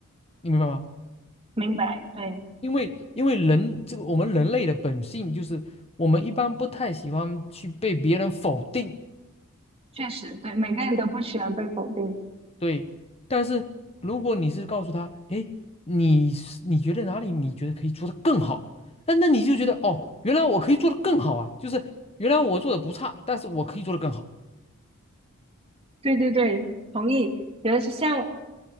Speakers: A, on the left; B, on the right.
A: 你明白吗？
B: 明白，对，
A: 因为因为人这个我们人类的本性就是我们一般不太喜欢去被别人否定，
B: 确实，对，每个人都不喜欢被否定，
A: 对。但是如果你是告诉他，哎，你是你觉得哪里你觉得可以做得更好，那那你就觉得哦，原来我可以做得更好啊，就是原来我做的不差，但是我可以做得更好。
B: 对对对，同意。比如是像